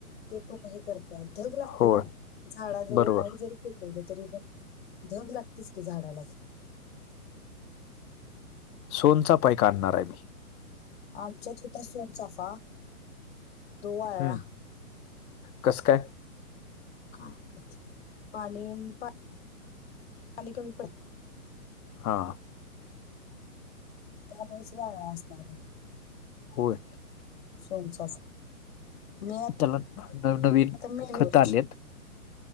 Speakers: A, on the left; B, on the left.
A: ते पण हे करतात धग लागते
B: होय
A: ना झाडाजवळ
B: बरोबर
A: नाही जरी पेटवलं तरी पण धग लागतीच की झाडाला.
B: सोनचाफा एक आणणार आहे मी.
A: आमच्यात होता सोनचाफा तो वाळला
B: हम्म कस का?
A: का पाणी पाणी कमी पडालत.
B: हा.
A: त्यामुळेच वाळ असणार आहे.
B: होय
A: सोनचाफा मी
B: त्याला नवनवीन
A: आता मेलीवरची
B: खत आलेत.